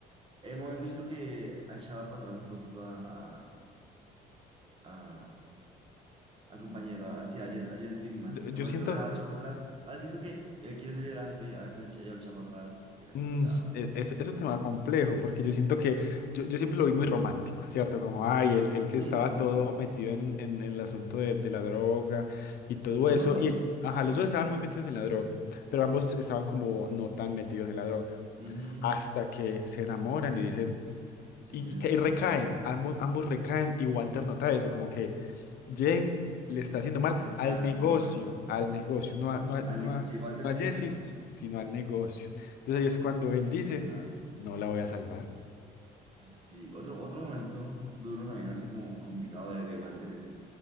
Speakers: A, on the right; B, on the left.
A: En el momento siento que echaba para atrás un poquito a, a, a, a compañero, así, a, Jesse- a Jesse Pinkman.
B: Yo, yo
A: Me parece
B: siento.
A: que lo dejaba echado para atrás. A veces siento que él quiere salir adelante, a veces ella lo echaba para atrás, era
B: Mm,
A: complicado.
B: e- es, es un tema complejo porque yo siento que yo, yo siempre lo vi muy romántico, ¿cierto? Como, ay, el, el que
A: Sí,
B: estaba
A: no,
B: todo
A: tan.
B: metido en, en el asunto de, de la droga y todo
A: Pues son
B: eso.
A: los dos,
B: Y, ell- ajá,
A: realmente.
B: los dos estaban muy metidos en la droga, pero ambos estaban como no tan metidos en la droga.
A: Ujú, ujú.
B: Hasta que se enamoran y dicen,
A: Y
B: y,
A: se
B: y que- y recaen,
A: destruyen.
B: ambos, ambos recaen y Walter nota eso, como que Jane le está haciendo mal
A: Exacto,
B: al negocio,
A: exacto.
B: al negocio, no a, no a,
A: Al
B: no
A: negocio,
B: a,
A: igual Walter
B: no
A: siempre
B: a Jesse,
A: es el negocio,
B: sino al negocio. Entonces ahí es cuando él dice,
A: ¿verdad?
B: no la voy a salvar.
A: Sí, otro, otro momento duro también,
B: Ujú.
A: así como complicado de, de Walter, es